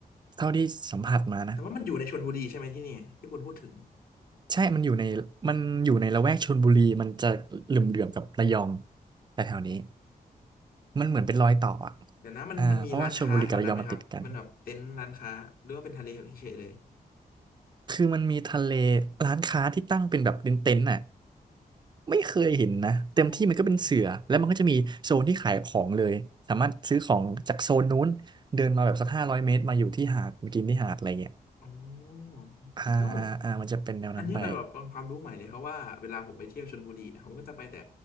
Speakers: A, on the right (about 30°); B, on the left (about 70°).
A: เท่าที่สัมผัสมานะ
B: แต่ว่ามันอยู่ในชลบุรีใช่ไหมที่นี่ที่คุณพูดถึง
A: ใช่ มันอยู่ในมันอยู่ในละแวกชลบุรีมันจะเหลื่อมๆกับระยองแต่แถวนี้มันเหมือนเป็นรอยต่ออ่ะ
B: เดี๋ยวนะมันมันมีร้านค้าแถวนั้นไหมครับมันแบบเต็นท์ร้านค้าหรือว่าเป็นทะเลเฉยๆเลย
A: อ่าเพราะว่าชลบุรีกับระยองมันติดกันคือมันมีทะเลร้านค้าที่ตั้งเป็นแบบเป็นเต็นท์น่ะไม่เคยเห็นนะเต็มที่มันก็เป็นเสือแล้วมันก็จะมีโซนที่ขายของเลยสามารถซื้อของจากโซนนู้นเดินมาแบบสักห้าร้อยเมตรมาอยู่ที่หาดมากินที่หาดอะไรเงี้ย
B: อ๋ออ๋อ
A: อ่าอ่าอ่ามันจะเป็นแนวนั้นไป
B: เนอันนี้เป็นแบบเป็นความรู้ใหม่เลยเพราะว่าเวลาผมไปเที่ยวชลบุรีนะผมก็จะไปแต่